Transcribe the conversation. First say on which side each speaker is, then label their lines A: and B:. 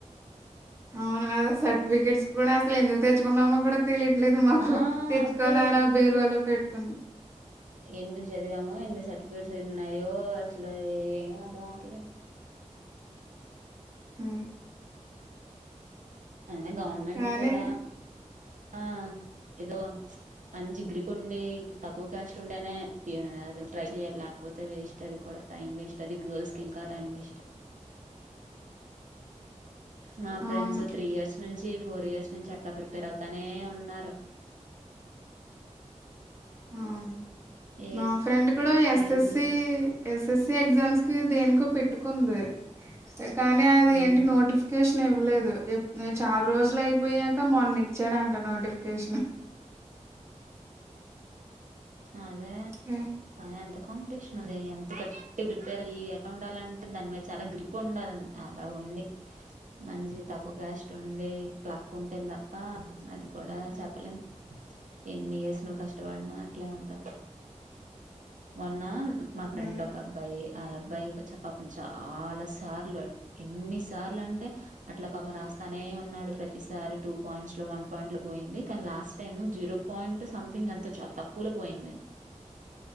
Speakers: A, on the right; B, on the right.
A: అవును అసలు సర్టిఫికెట్స్ కూడా అస్సలు ఎందుకు తెచ్చుకుంటున్నామో కూడా తెలియట్లేదు మాకు
B: ఆ
A: తెచ్చుకొని
B: అదే
A: అనా
B: ఎందుకు
A: బేరువాలో పెట్టుకున్నాం.
B: ఎందుకు చదివామో ఎందుకు సర్టిఫికేట్స్ ఉన్నాయో అసలు ఏం అర్ధం అవట్లేదు.
A: ఆ
B: అయినా గవర్నమెంట్
A: కానీ
B: కూడా ఆ ఏదో మంచి గ్రిప్ ఉండి తక్కువ క్యాస్ట్ ఉంటేనే ఇగ ట్రై చెయ్యాల. పోతే వేస్ట్ అది కూడా టైం వేస్ట్ అది గర్ల్స్ కి ఇంకా టైం వేస్ట్
A: <inaudible>
B: మా ఫ్రెండ్స్
A: అవును.
B: త్రీ ఇయర్స్ నుంచి ఫోర్ ఇయర్స్ నుంచి అట్లా ప్రిపేర్ అవు తనే ఉన్నరు.
A: అవును
B: ఏ
A: మా ఫ్రెండ్ కూడా ఎస్ఎస్సి
B: యూజ్ లేదు
A: ఎస్ఎస్సి ఎగ్జామ్స్ కి దేనికో పెట్టుకుంది. ఏక్ కానీ అది
B: ఉమ్,
A: ఏంటి నోటిఫికేషన్ ఇవ్వలేదు ఏప్ నేన్ చాల్ రోజులు అయిపోయాక మొన్న ఇచ్చాడంట నోటిఫికేషను.
B: అదే
A: హ్మ్.
B: అదే అంతక్ కాంపిటీషన్ అదే ఎంత గట్టి ప్రిపేర్ అయి ఎలా ఉండాలంటే దాని మీద చాలా గ్రిప్ ఉండాలన్ అలా ఉన్ ండి మంచి తక్కువ క్యాస్ట్ ఉండి లక్ ఉంటేనే తప్ప అది కూడా చ లేం ఎన్ని ఇయర్స్ నువ్వు కష్టవడినన్ అట్లే ఉంటది. మొన్న మా ఫ్రెండ్
A: హ్మ్.
B: ఒక అబ్బాయి ఆ అబ్బాయిచ్చ పాపం చాలా సార్లు ఎన్ని సార్లు అంటే అట్లా పాపం రా స్తనే ఉన్నాడు ప్రతిసారి టూ పాయింట్సలో వన్ పాయింట్ లో పోయింది కానీ last time zero point something అంత చళ్తావ్ కులో పోయింది.